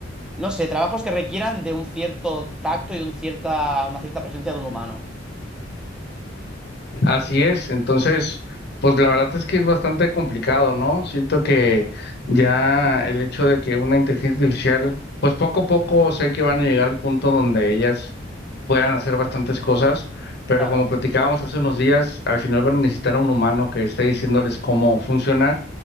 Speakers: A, in the centre; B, on the left.
A: no sé, trabajos que requieran de un cierto tacto y un cierta, una cierta presencia de un humano.
B: Así es, entonces, pues la verdad es que es bastante complicado, ¿no? Siento que ya el hecho de que una inteligencia artificial, pues poco a poco sé que van a llegar al punto donde ellas puedan hacer bastantes cosas, pero
A: Claro,
B: como platicábamos hace unos días, al final van a necesitar a un humano que esté diciéndoles cómo funcionar